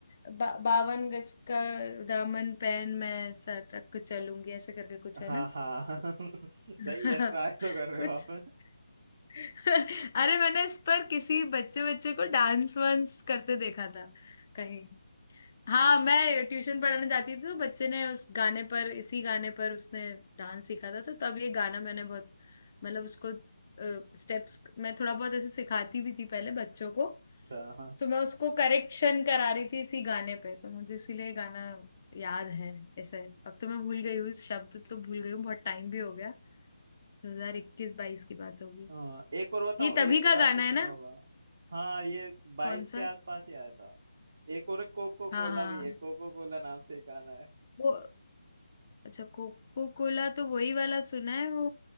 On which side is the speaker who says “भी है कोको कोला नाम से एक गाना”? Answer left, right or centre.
Right